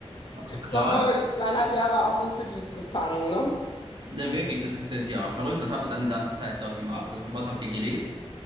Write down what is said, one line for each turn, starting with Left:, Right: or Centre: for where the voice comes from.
Right: Ah, Krass.
Left: Dann waren wir die zweieinhalb Jahre auf den Fidschis gefangen, ne?
Right: Na wirklich, das ist denn ja verrückt. Was habt ihr dann die ganze Zeit dort gemacht? Also, von was habt ihr gelebt?